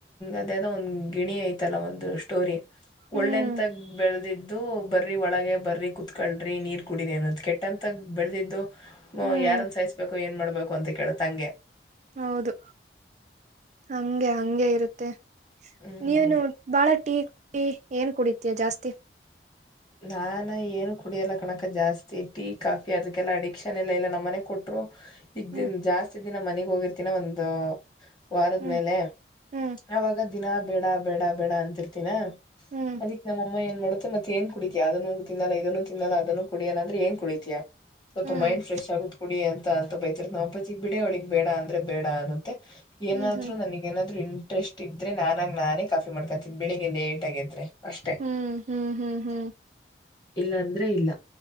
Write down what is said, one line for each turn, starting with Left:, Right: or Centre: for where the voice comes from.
Left: ಅದೇದೋ ಒಂದು್ ಗಿಣಿ ಐತಲ್ಲ ಒಂದು ಸ್ಟೋರಿ
Right: ಹ್ಮ್
Left: ಒಳ್ಳೆಂತಾಗ ಬೆಳೆದಿದ್ದು ಬರಿ ಒಳಗ ಬರ್ರಿ ಕುೂತ್ಕಳ್ರಿ ನೀರ್ ಕುಡರಿ ಅನ್ನೋದು ಕೆಟ್ಟಂತ ಬೆಳೆದಿದ್ದು ಹ
Right: ಹ್ಮ್
Left: ಯಾರನ್ ಸಾಯಿಸ್ಬೇಕು ಏನ್ ಮಾಡ್ಬೇಕು ಅಂತ ಕೇಳ ತಂಗೆ
Right: ಹೌದು ಹಂಗೆ ಹಗೆ ಇರುತ್ತೆ
Left: ಹ್ಮ್
Right: ನೀವನು
Left: ಹಂಗೆ
Right: ಬಾಳ ಟೀ ಟೀ ಏನ್ ಕುಡಿತಯ ಜಾಸ್ತಿ
Left: ನಾನ ಏನು ಕುಡಿಯಲ್ಲ ಕಣಕ ಜಾಸ್ತಿ ಟೀ ಕಾಫಿ ಅದಕ್ಕೆಲ್ಲ ಅಡಿಕ್ಷನ್ ಎಲ್ಲ ಇಲ್ಲ ನಮ್ಮನೆ ಕೊಟ್ರು ಈಗ
Right: ಹ್ಮ್
Left: ದನ್ ಜಾಸ್ತಿ ದಿನ ಮನೆಗ್ ಹೋಗಿರ್ತಿನ ಒಂದು ವಾರದ್ಮೇಲೆ
Right: ಹ್ಮ್ ಹ್ಮ್
Left: ಅವಾಗ ದಿನ ಬೇಡ ಬೇಡ ಬೇಡ ಅಂತಿರ್ತೀಿನ
Right: ಹ್ಮ್
Left: ಅದಿಕ್ ನಮ್ಮಅಮ್ಮ ಏನ್ ಮಾಡುತ್ತೆ ಮತ್ತ ಏನ್ ಕುಡಿತೀಯ ಅದನ್ನು ತಿನ್ನಲ್ಲ ಇದನ್ನು ತಿನ್ನಲ್ಲ ಅದನ್ನು ಕುಡಿಯ್ಯಲ್ಲ ಅಂದ್ರೆ ಏನ್ ಕುಡಿತಿಯಾ ಸ್ವಲ್ಪ
Right: ಹ್ಮ್
Left: ಮೈಂಡ್ ಫ್ರೆ್ಗತ್ ಕುಡಿ ಅಂತ ಅಂತ ಬೈತಿರ ನಾವು ಅಬಾಜಿ ಬಿಡೋಳಗ್ ಬೇಡ ಅಂದ್ರೆ ಬೇಡ ಅನ್ನಂತೆ ಏನಾದ್ರು
Right: ಹ್ಮ್ ಹ್ಮ್
Left: ನನ ಏನಾದ್ರು ಇಂಟ್ರೆಸ್ಟ್ ಇದ್ರೆ ನಾನಾಗ ನಾನೇ ಕಾಫಿ ಮಾಡ್ಕೊತಿದ್ದ್ ಬೆಳಿಗ್ ಲೇಟ್ ಆಗಿದ್ರೆ ಅಷ್ಟೆ
Right: ಹ್ಮ್ ಹ್ಮ್ ಹ್ಮ್ ಹ್ಮ್
Left: ಇಲ್ಲ ಅಂದ್ರೆ ಇಲ್ಲ